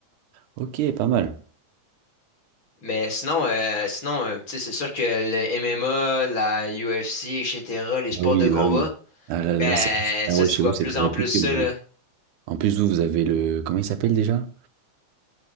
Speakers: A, on the right (about 80°); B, on the left (about 40°).
A: Ok, pas mal.
B: Mais sinon, euh, sinon, euh, tu sais, c'est sûr que le MMA, la UFC, etc., les sports
A: Bah oui,
B: de combat,
A: bah oui. Ah, là,
B: ben,
A: là, ça- Ah
B: ça,
A: ouais,
B: tu
A: chez
B: vois
A: vous, c'est
B: plus
A: très
B: en
A: réputé.
B: plus ça,
A: vous.
B: là.
A: En plus, vous, vous avez le... Comment il s'appelle déjà?